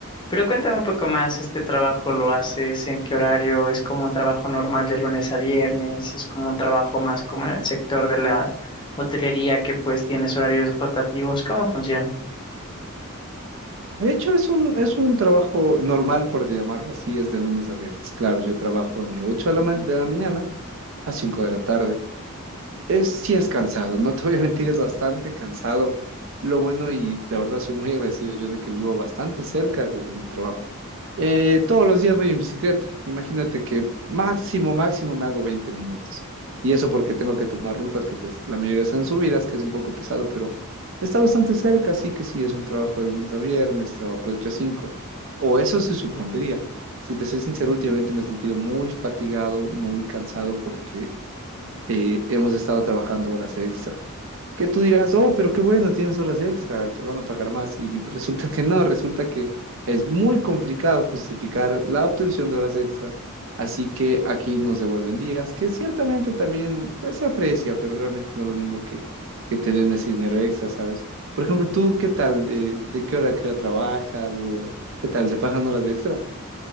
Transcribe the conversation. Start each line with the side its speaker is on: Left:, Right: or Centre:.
Left: Pero cuéntame un poco más, ¿este trabajo lo haces en qué horario? ¿Es como un trabajo normal de lunes a viernes? ¿Es como un trabajo más como en el sector de la hotelería que pues tienes horarios rotativos? ¿Cómo funciona?
Right: De hecho, es un, es un trabajo normal, por llamarlo así, es de lunes a viernes. Claro, yo trabajo de 8 de la, ma- de la mañana a 5 de la tarde. Es, sí es cansado, no te voy a mentir, es bastante cansado. Lo bueno y la verdad soy muy agradecido yo de que vivo bastante cerca de, de mi trabajo. Eh, todos los días voy en bicicleta. Imagínate que máximo, máximo me hago 20 minutos. Y eso porque tengo que tomar rutas que pues la mayoría son subidas, que es un poco pesado, pero está bastante cerca, así que sí, es un trabajo de lunes a viernes, trabajo de ocho a cinco O eso se supondría. Si te soy sincero, últimamente me he sentido muy fatigado, muy cansado porque eh, hemos estado trabajando horas extra. Que tú dirás, oh, pero qué bueno, tienes horas extra, te van a pagar más. Y resulta que no, resulta que es muy complicado justificar la obtención de horas extra. Así que aquí nos devuelven días, que ciertamente también pues se aprecia, pero realmente no es lo mismo que, que te den ese dinero extra, ¿sabes? Por ejemplo, tú, ¿qué tal? Eh, ¿de qué hora a qué hora trabajas? ¿O qué tal? ¿Te pagan horas extra?